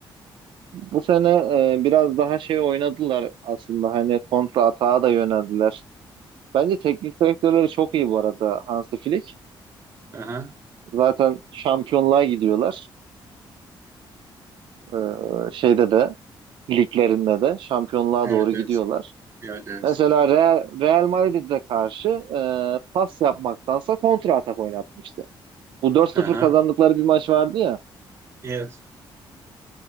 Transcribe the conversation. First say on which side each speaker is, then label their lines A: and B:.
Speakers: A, on the right; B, on the right.
A: Bu sene e, biraz daha şey oynadılar aslında. Hani kontra atağa da yöneldiler. Bence teknik direktörleri çok iyi bu arada Hansi Flick.
B: Aha.
A: Zaten şampiyonluğa gidiyorlar. E, şeyde de liglerinde de şampiyonluğa
B: Evet,
A: doğru gidiyorlar.
B: evet. Evet, evet.
A: Mesela Real, Real Madrid'e karşı e, pas yapmaktansa kontra atak oynatmıştı. Bu dört sıfır
B: Aha.
A: kazandıkları bir maç vardı ya.
B: Evet.